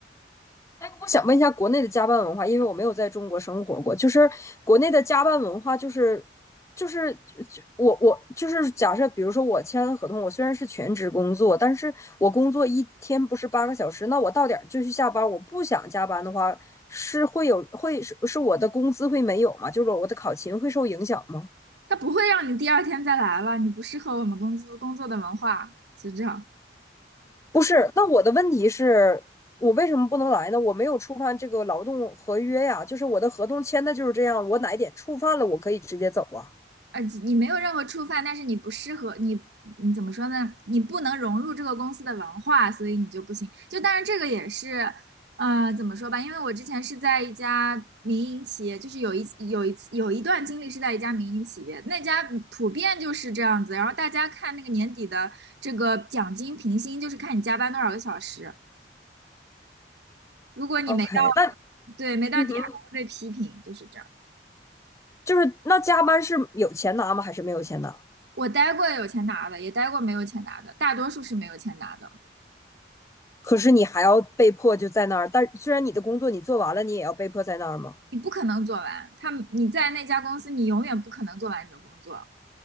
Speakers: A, on the left; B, on the right.
A: 我想问一下国内的加班文化，因为我没有在中国生活过，就是国内的加班文化、就是，就是就我我就是假设，比如说我签了合同，我虽然是全职工作，但是我工作一天不是八个小时，那我到点儿就去下班，我不想加班的话，是会有会是是我的工资会没有吗？就是我的考勤会受影响吗？
B: 它不会让你第二天再来了，你不适合我们公司工作的文化，就这样。
A: 不是，那我的问题是。我为什么不能来呢？我没有触犯这个劳动合约呀，就是我的合同签的就是这样，我哪一点触犯了，我可以直接走啊。
B: 呃，你没有任何触犯，但是你不适合你，你怎么说呢？你不能融入这个公司的文化，所以你就不行。就当然这个也是，呃，怎么说吧？因为我之前是在一家民营企业，就是有一有一次有一段经历是在一家民营企业，那家普遍就是这样子。然后大家看那个年底的这个奖金评薪，就是看你加班多少个小时。如果你没到，
A: OK，那
B: 对，没到点，
A: 嗯哼，
B: 还会被批评，就是这样。
A: 就是那加班是有钱拿吗？还是没有钱拿？
B: 我待过有钱拿的，也待过没有钱拿的，大多数是没有钱拿的。
A: 可是你还要被迫就在那儿，但虽然你的工作你做完了，你也要被迫在那儿吗？
B: 你不可能做完。他你在那家公司，你永远不可能做完你的工作，